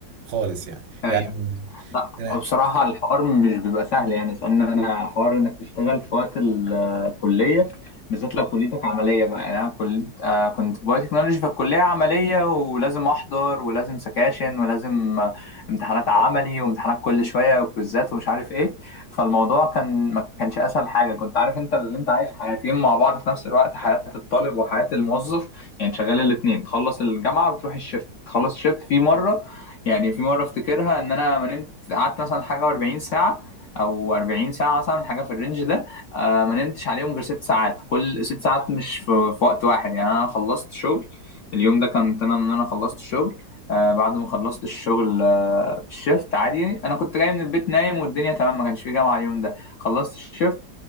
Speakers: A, on the right; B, on the left.
A: خالص يعني
B: ايوه
A: يعني من
B: لا
A: أنا
B: بصراحة الحوار مش بيبقى سهل يعني لأن أنا حوار إنك تشتغل في وقت ال- الكلية بالذات لو كليتك عملية بقى يعني أنا كل... آه كنت في بايو تكنولوجي فالكلية عملية ولازم أحضر ولازم سكاشن ولازم آه، امتحانات عملي وامتحانات كل شوية وكويزات ومش عارف إيه فالموضوع كان ما كانش أسهل حاجة كنت عارف أنت اللي أنت عايش حياتين مع بعض في نفس الوقت حياة الطالب وحياة الموظف يعني شغال الاتنين تخلص الجامعة بتروح الشفت تخلص الشفت في مرة يعني في مرة افتكرها ان انا ما نمت قعدت مثلا حاجة 40 ساعة او 40 ساعة مثلا حاجة في الرينج ده آه ما نمتش عليهم غير ست ساعات كل ست ساعات مش في, في وقت واحد يعني انا خلصت شغل اليوم ده كنت انا ان انا خلصت شغل آه بعد ما خلصت الشغل آه في الشيفت عادي انا كنت جاي من البيت نايم والدنيا تمام ما كانش في جامعة اليوم ده خلصت الشيفت